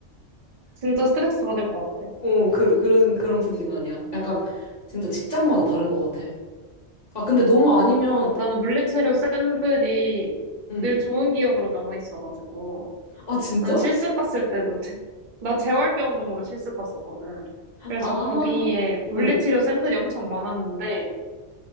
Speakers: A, on the right; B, on the left.
A: 진짜 스트레스 받을 것 같아.
B: 어, 그, 그런, 그런 분위기는 아니야. 약간 진짜 직장마다 다른 것 같아. 아, 근데 너무 아니면
A: 나는
B: 또,
A: 물리치료 쌤들이
B: 응.
A: 늘 좋은 기억으로 남아있어가지고.
B: 아, 진짜?
A: 나는 실습 갔을 때도, 제- 나 재활병동으로 실습 갔었거든. 그래서
B: 아,
A: 거기에 물리치료
B: 응,
A: 쌤들이 엄청 많았는데,